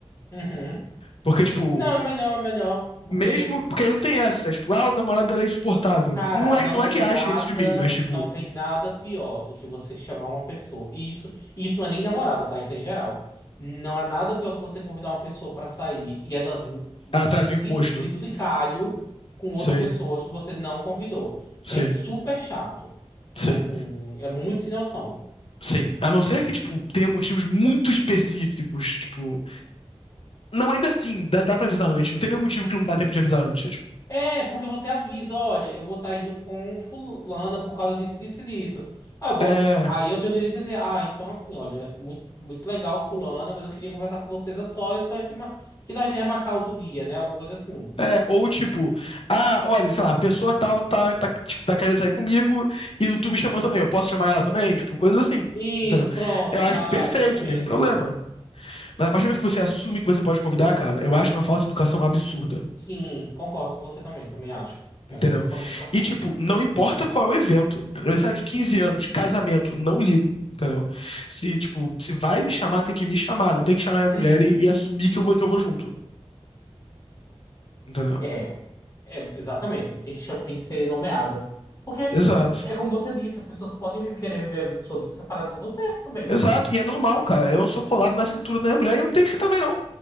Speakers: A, on the left; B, on the left.
A: Uhum.
B: Porque, tipo,
A: Não, é melhor, é melhor, porque,
B: mesmo. Porque aí não tem essa, é, tipo, ah, o namorado dela é insuportável.
A: cara,
B: Não é,
A: não
B: não
A: tem
B: é que acha
A: nada,
B: isso de mim, mas, tipo,
A: não tem nada pior do que você chamar uma pessoa. E isso, isso não é nem namorado, tá? Isso é em geral. Não há nada pior que você convidar uma pessoa pra sair e ela vir de
B: ela
A: pirungui-
B: traz o encosto.
A: de duricalho com outra
B: Sim,
A: pessoa que você não convidou.
B: sim,
A: É super chato.
B: sim,
A: Assim, é muito sem noção.
B: sim. A não ser que, tipo, tenha motivos muito específicos, tipo. Não, ainda assim, dá, dá pra avisar antes. Não tem nenhum motivo que não dá tempo de avisar antes. É, tipo,
A: É, porque você avisa, olha, eu vou estar indo com fulana por causa disso, disso, e disso. Ah, eu po-
B: é, é,
A: Aí eu tenho o direito de dizer, ah, então assim, olha, muito, muito legal fulana, mas eu queria conversar com vocês a sós, então a gente, ma- que tal a gente remarcar outro dia, né? Alguma coisa assim.
B: é, ou tipo, ah, olha, sei lá, a pessoa tal tá, tá, tipo, tá querendo sair comigo e tu me chamou também, eu posso chamar ela também? Tipo, coisas assim.
A: Isso,
B: Entendeu?
A: pronto,
B: Eu
A: exato,
B: acho isso perfeito,
A: exatamente.
B: nenhum problema. Mas a partir do momento que você assume que você pode convidar, cara, eu acho uma falta de educação absurda.
A: Sim, concordo com você também, também acho. É
B: Entendeu?
A: muito falta de educação.
B: E, tipo, não importa qual é o evento. Aniversário de 15 anos, casamento, não ligo, entendeu? Se, tipo, se vai me chamar, tem que me chamar. Não tem que chamar a mulher
A: Uhum.
B: e, e assumir que eu vou, que eu vou junto, entendeu?
A: É, é, exatamente, tem que, cha- tem que ser nomeado. Porque
B: Exato.
A: é como você disse, as pessoas podem viver- querer viver a vida, sua vida separada de você também.
B: Exato. E é normal, cara. Eu não sou colado na cintura da minha mulher e não tem que ser também, não.